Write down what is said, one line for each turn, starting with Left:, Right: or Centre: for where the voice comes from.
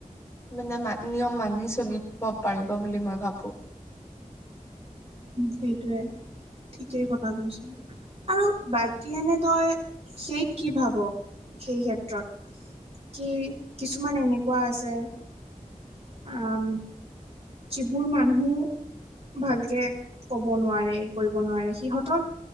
Left: মানে মান নিয়ম মানি চলিব পাৰিব বুলি মই ভাবো
Right: সেইটোয়ে ঠিকেই কথা কৈছ আৰু বাকী এনে তই সেইত কি ভাব সেই ক্ষেত্ৰত কি কিছুমান এনেকুৱা আছে আ-ম যিবোৰ মানুহ ভালকে ক'ব নোৱাৰে কৰিব নোৱাৰে সিহঁতৰ